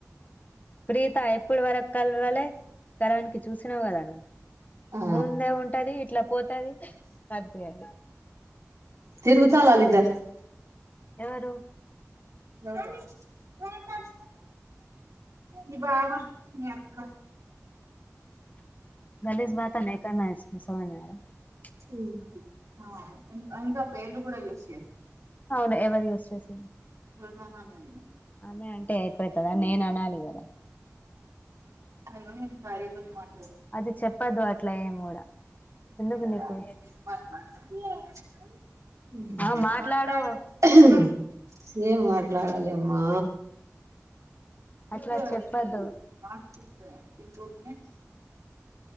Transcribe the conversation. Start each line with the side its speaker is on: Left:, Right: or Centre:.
Left: ప్రీత ఎప్పుడు వరకు కలవలె కరన్ కి చూసినావు కదా నువ్
Right: ఆ
Left: ముందే ఉంటది ఇట్లా పోతది కనిపియది
Right: తిరుగుతల్లిద్దారు
Left: ఎవరు
Right: గౌతమ్ ఇ బావా మీ అక్క
Left: <unintelligible>
Right: ఉమ్ ఆ హ్ ఇంకా పేర్లుకూడ యూస్
Left: అవును ఎవరు యూస్ చేసిన్
Right: <unintelligible>
Left: ఆమె అంటే అయిపోతదా నేను అనాలి కదా
Right: <unintelligible>
Left: అది చెప్పద్దు అట్లా ఎమ్ కూడా ఎందుకు
Right: <unintelligible>
Left: నీకు ఆ మాట్లాడవు
Right: ఏం మాట్లాడాలి అమ్మా ఇప్పుడు
Left: అట్లా చెప్పద్దు
Right: సీరియల్ నాన్స్టిక్ టూ మినిట్స్